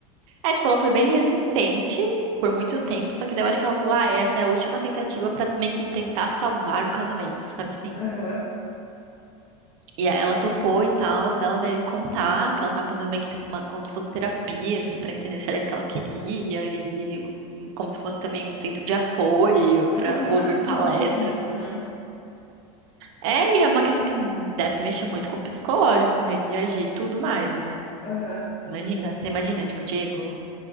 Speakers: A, on the right; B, on the left.
A: é, tipo, ela foi bem resistente por muito tempo, só que daí eu acho que ela falou, ah, essa é a última tentativa pra meio que tentar salvar o casamento, sabe assim?
B: Aham,
A: E aí ela topou e tal, daí ela veio contar que ela tava fazendo meio que uma- como se fosse terapia, assim, pra entender se era isso que ela queria e e como se fosse também um centro de apoio pra
B: É porque
A: ouvir
B: é uma decisão
A: palestras
B: difícil, né?
A: É, e é uma questão que deve mexer muito com o psicológico, com o jeito de agir, e tudo mais, né?
B: aham.
A: Imagina, você imagina, tipo, o Diego